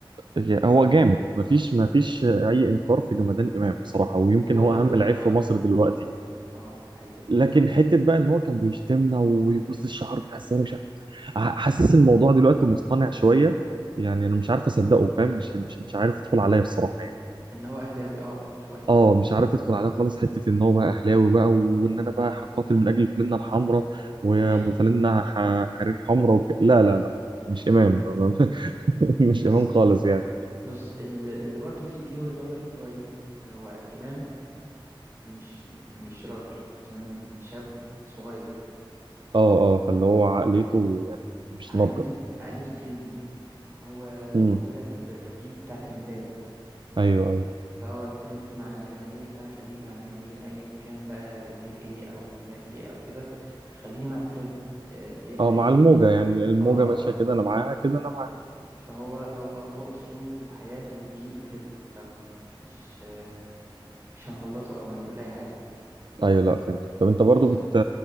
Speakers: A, on the right; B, on the right.
A: يعني هو جامد مفيش مفيش أي إنكار في جمدان إمام بصراحة
B: بالظبط
A: ويمكن
B: هو
A: هو
B: ده اللي
A: أهم
B: خلاني
A: لعيب
B: أغير
A: في مصر دلوقتي
B: اه ده حقيقي
A: لكن حتة بقى إن هو كان بيشتمنا ويبص الشعر بتاع الزمالك ح- حاسس الموضوع دلوقتي مصطنع شويه يعني انا مش عارف اصدقه فاهم مش مش مش عارف يدخل عليا بصراحه يعني
B: إن هو أهلاوي اه شوية
A: اه مش عارف يدخل عليا خالص حته ان هو بقى اهلاوي بقى وان انا بقى هقاتل من اجل فلانه الحمراء وابو
B: ده حقيقي
A: فلانه ح- حرير حمراء وك... لا لا لا مش امام <laughs> مش
B: بس
A: امام خالص يعني
B: بص اللي, اللي برضه في في وجهة نظر اللي هو إيه هو إمام مش مش راجل إمام شاب صغير
A: اه اه فاللي هو عقليته يعني مش
B: عقليته
A: ناضجه
B: عقليته ترندي هو
A: امم
B: هو طلع في في جيل بتاع ترندات
A: ايوه ايوه
B: فهو الترند مع الجماهير فانا خليني مع الجماهير ايا كان بقى جماهير ايه او انتماء ايه او كده خليني مع الترند آه، ايه اللي
A: اه
B: ايه
A: مع الموجه
B: إيه-
A: يعني الموجه
B: اه
A: ماشيه كده انا معاها كده انا
B: فهو هو هو اسلوبه وحياته وجيله كده فمش آه، مش هنغلطه او هنقول اي حاجه
A: ايوه لا فهمت طب
B: وهو
A: انت برضو
B: بصراحه
A: بت...